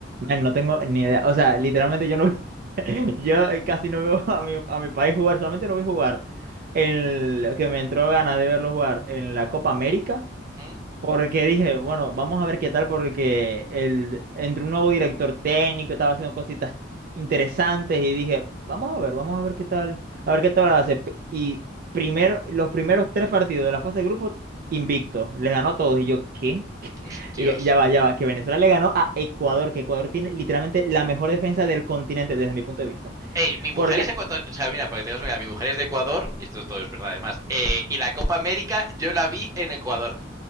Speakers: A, on the right (about 50°); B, on the right (about 20°).
A: man, no tengo ni idea. O sea, literalmente yo no <laughs> yo eh, casi no veo a mi, a mi país jugar, solamente lo vi jugar en el- que me entró ganas de verlo jugar en la Copa América.
B: ¿Mm?
A: Porque dije, bueno, vamos a ver qué tal, porque el, entre un nuevo director técnico estaba haciendo cositas interesantes y dije, vamos a ver, vamos a ver qué tal, a ver qué tal hace. P- Y primero, los primeros tres partidos de la fase de grupo, invicto, les ganó a todos. Y yo, ¿qué?
B: Hostias.
A: Y ya va, ya va, que Venezuela le ganó a Ecuador, que Ecuador tiene literalmente la mejor defensa del continente desde mi punto de vista.
B: Ey, mi mujer
A: Porque...
B: es ecuatoriana. O sea, mira, para que tengas una idea, mi mujer es de Ecuador, y esto todo es verdad además. eh, y la Copa América yo la vi en Ecuador.